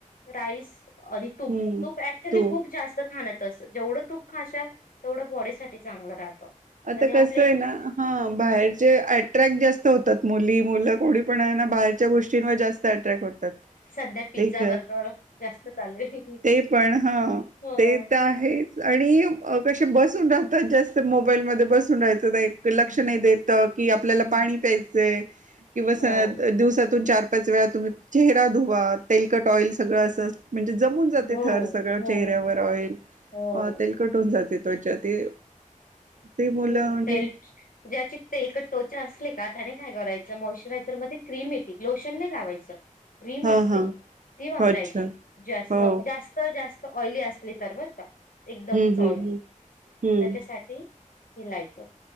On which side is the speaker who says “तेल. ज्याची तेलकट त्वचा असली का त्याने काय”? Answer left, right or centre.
Left